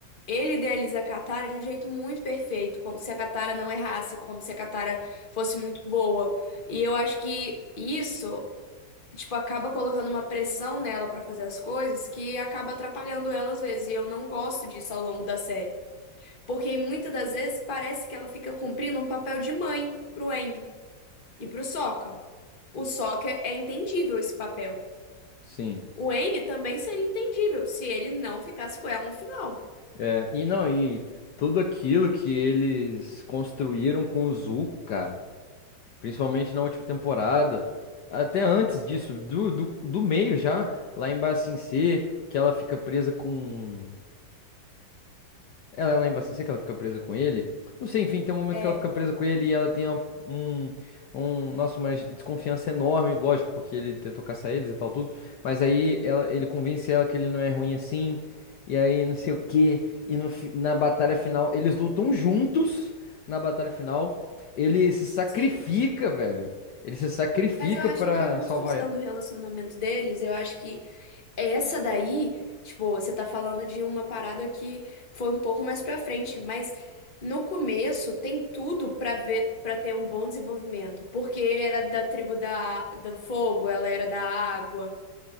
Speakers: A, on the left; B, on the left.
A: ele idealiza a Katara de um jeito muito perfeito, como se a Katara não errasse, como se a Katara fosse muito boa. E eu acho que isso tipo, acaba colocando uma pressão nela pra fazer as coisas que acaba atrapalhando ela às vezes. E eu não gosto disso ao longo da série. Porque muitas das vezes parece que ela fica cumprindo um papel de mãe pro Aang e pro Sokka. O Sokka é entendível esse papel.
B: sim.
A: O Aang também seria entendível se ele não ficasse com ela no final.
B: É, e não, e tudo aquilo que eles construíram com o Zuko, cara. Principalmente na última temporada. Até antes disso, do, do, do meio já, lá em Ba Sing Se, que ela fica presa com, ela lembra assim, sei que ela fica presa com ele. Não sei, enfim, tem um momento
A: É,
B: que ela fica presa com ele e ela tem um, um, um- nossa, uma desconfiança enorme, lógico, porque ele tentou caçar eles e tal, tudo. Mas aí ela- ele convence ela que ele não é ruim assim, e aí não sei o quê. E no fi- na batalha final, eles lutam juntos na batalha final. Ele se sacrifica,
A: sim.
B: velho. Ele se sacrifica
A: Mas eu acho
B: pra
A: que a construção
B: salvar ela.
A: do relacionamento deles, eu acho que Essa daí, tipo, você tá falando de uma parada que foi um pouco mais pra frente, mas no começo tem tudo pra ver, para ter um bom desenvolvimento, porque ele era da tribo da, do fogo, ela era da água.